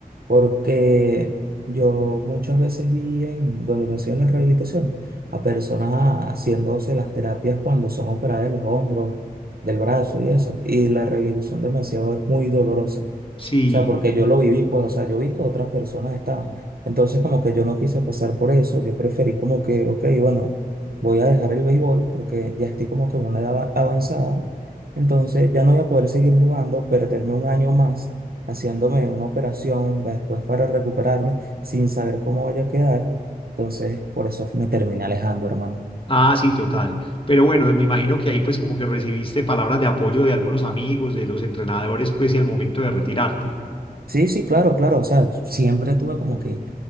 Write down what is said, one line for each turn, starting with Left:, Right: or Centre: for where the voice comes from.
Right: Porque yo muchas veces vi en donde me hacían las rehabilitaciones a personas haciéndose las terapias cuando son operadas de los hombros, del brazo y eso. Y la rehabilitación demasiado es muy dolorosa. O
Left: Sí.
Right: sea, porque yo lo viví, pues, o sea, yo vi que otras personas estaban. Entonces, como que yo no quise pasar por eso. Yo preferí como que, ok, bueno, voy a dejar el béisbol porque ya estoy como que en una edad avanzada entonces ya no voy a poder seguir jugando, perderme un año más haciéndome una operación después para recuperarme sin saber cómo vaya a quedar. Entonces por eso me terminé alejando, hermano.
Left: Ah, sí, total. Pero bueno, me imagino que ahí pues como que recibiste palabras de apoyo de algunos amigos, de los entrenadores, pues y al momento de retirarte.
Right: Sí, sí, claro, claro. O sea, siempre tuve como que